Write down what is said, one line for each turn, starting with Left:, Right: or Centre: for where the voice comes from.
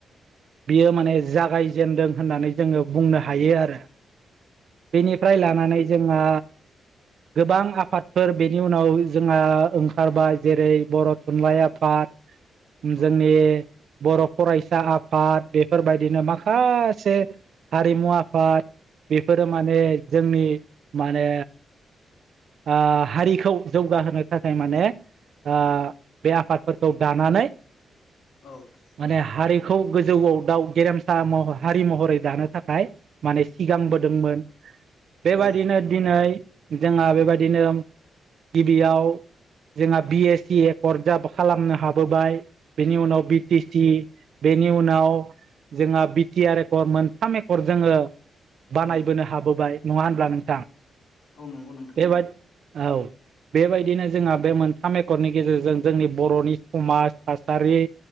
Right: बियो माने जागायजेनदों होननानै जोङो बुंनो हायो आरो
Left: औ
Right: बेनिफ्राय लानानै जोंहा गोबां आफादफोर बेनि उनाव जोंहा ओंखारबाय जेरै बर' थुनलाइ
Left: औ
Right: आफाद
Left: औ
Right: जोंनि बर' फरायसा आफाद बे फोरबायदिनो माखासे हारिमु आफाद बेफोरो माने जोंनि माने ओ हारिखौ जौगाहोनो थाखाय माने ओ बे आफादफोरखौ दानानै
Left: औ
Right: माने हारि खौ गोजौआव दाउ गेरेमसा हारि महरै दानो थाखाय माने सिगांबोदोंमोन बेबायदिनो
Left: औ
Right: दिनै जोंहा बे बायदिनो गिबियाव जोंहा बि एस सि एकर्ड खालामनो हाबोबाय बेनि उनाव बि टि सि बेनि उनाव जोंहा बि टि आर एकर्ड मोनथाम एकर्ड जोङो बानायबोनो
Left: औ
Right: हाबोबाय नङा होनब्ला नोंथां
Left: औ नंगौ नोंथां
Right: बेबाय औ बेबायदिनो जोंहा बे मोनथाम एकर्डनि गेजेरजों जोंनि बर'नि समाज थासारि